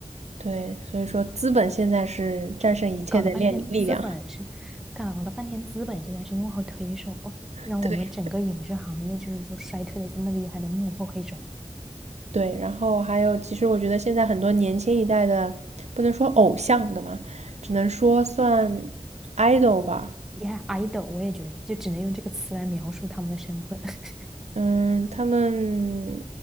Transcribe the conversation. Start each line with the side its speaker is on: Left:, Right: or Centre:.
Right: 对，所以说资本现在是战胜一切的力力量
Centre: 搞了半天资本是，搞了半天资本现在是幕后推手，哦让我们整个影视行业就是说衰退的这么厉害的幕后黑手。
Right: <laughs>。对，对，然后还有，其实我觉得现在很多年轻一代的，不能说偶像的嘛，只能说算 idol 吧。
Centre: Yeah，idol，我也觉得，就只能用这个词来描述他们的身份。<laughs>
Right: 嗯，他们